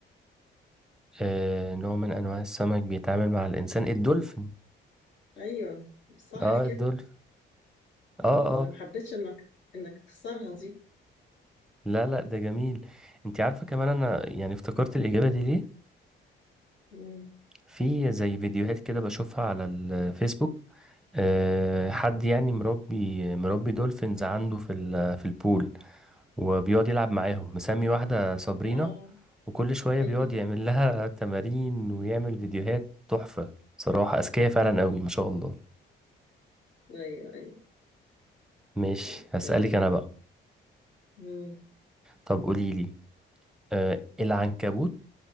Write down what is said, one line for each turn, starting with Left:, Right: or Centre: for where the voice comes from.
Centre: آه نوع من انواع السمك بيتعامل مع الانسان الدولفين
Left: أيوه صح
Centre: اه
Left: كده
Centre: الدولفين اه
Left: أنا
Centre: اه
Left: ما حبيتش إنك إنك تخسرها دي
Centre: لا لا ده جميل انت عارفه كمان انا يعني افتكرت الاجابه دي ليه
Left: مم.
Centre: في زي فيديوهات كده بشوفها على الفيسبوك آه حد يعني مربي مربي دولفينز عنده في ال- في البول وبيقعد يلعب معاهم مسمي واحده صابرينا
Left: آه
Centre: وكل شويه
Left: <laughs>
Centre: بيقعد يعمل لها تمارين ويعمل فيديوهات تحفه بصراحه اذكياء فعلا قوي ما شاء الله
Left: أيوه أيوه
Centre: ماشي
Left: طيب
Centre: هسألك
Left: تمام
Centre: أنا بقى
Left: مم.
Centre: طب قولي لي آه العنكبوت